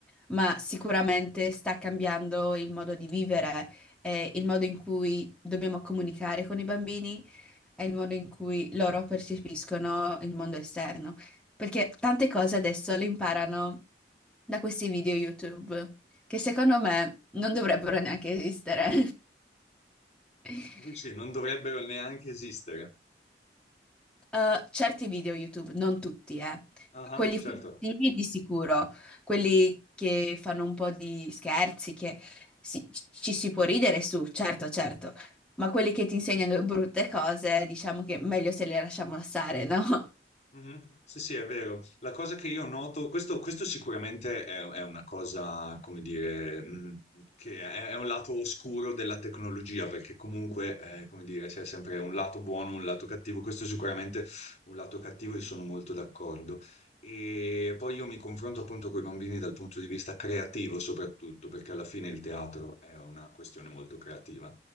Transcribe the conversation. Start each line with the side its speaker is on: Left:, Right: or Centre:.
Centre: ma sicuramente sta cambiando il modo di vivere, eh, il modo in cui dobbiamo comunicare con i bambini, è il modo in cui loro percepiscono il mondo esterno, perché tante cose adesso le imparano da questi video YouTube, che secondo me non dovrebbero neanche esistere. <laughs>
Left: Sì, non dovrebbero neanche esistere.
Centre: Eh, certi video YouTube, non tutti, eh.
Left: Ah,
Centre: Quelli furtivi
Left: certo.
Centre: di sicuro, quelli che fanno un po' di scherzi, che si- ci si può ridere su, certo, certo, ma quelli che ti insegnano brutte cose, diciamo che meglio se le lasciamo stare, no?
Left: Mhm. Sì, sì, è vero. La cosa che io noto, questo, questo sicuramente è, è una cosa, come dire, mh, che è, è un lato oscuro della tecnologia, perché comunque, eh, come dire, c'è sempre un lato buono, un lato cattivo. Questo è sicuramente è un lato cattivo e sono molto d'accordo. E poi io mi confronto appunto con i bambini dal punto di vista creativo, soprattutto, perché alla fine il teatro è una questione molto creativa.